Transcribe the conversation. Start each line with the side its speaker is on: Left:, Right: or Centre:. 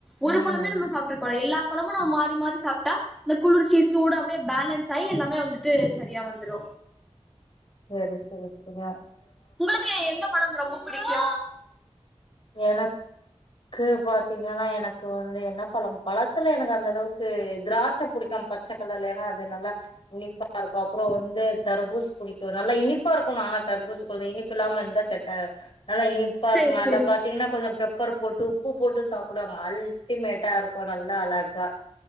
Centre: ஒரு
Left: ம்
Centre: பழமே நாம சாப்ட்டு இருக்கோலா எல்லா பழமு நாம மாறி மாறி சாப்ட்டா இந்த குளிர்ச்சி சூடு அப்டியே பேலன்ஸ் சை எல்லாமே வந்துட்டு சரியா வந்துரு
Left: செரி செரி செரிங்க
Centre: உங்களுக்கு எந்த பழம் ரொம்ப புடிக்கு
Left: எனக் கு பாத்தீங்கனா எனக்கு வந்து என்ன பழம் பழத்துல எனக்கு அந்த அளவுக்கு திராட்ச புடிக்கு பச்ச கலர்ல ஏனா அது நல்லா இனிப்பா இருக்கு அப்றோ வந்து தர்பூஸ் புடிக்கு நல்ல இனிப் உப்பா இருக்கனு ஆனா தர்பூசு கொஞ்ச இனிப்பு இல்லாம இருந்தா செட்டா நல்லா இனிப்பா இருக்கு
Centre: சேரி
Left: நல்லா
Centre: சேரி
Left: பாத்தீங்கனா கொஞ்ச பெப் பர் போட்டு உப்பு போட்டு சாப்டுவாங்க அல்டிமேட்டா இருக்கு நல்லா அழகா